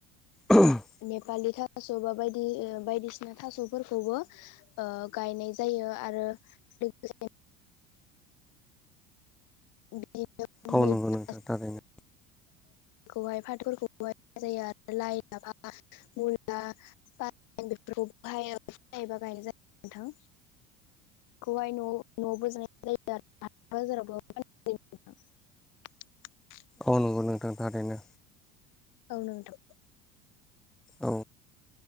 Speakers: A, in the centre; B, on the left.
A: अ <unintelligible>
B: नेपालि थास' बा बायदि बायदिसिना थास'फोरखौबो गायनाय जायो आरो लोगोसे बि
A: औ
B: मैथा
A: नंगौ नोंथां थारैनो
B: खौहाय फाथोफोरखौहाय जायो आरो लाइ लाफा मुला बेफोरखौ बाहायायोबा गायनाय जायो नोंथां बेखौहाय न' न'आव बोजोननाय जायो आरो बाजारावबो <unintelligible>
A: औ नंगौ नोंथांथारैनो
B: औ नोंथां
A: औ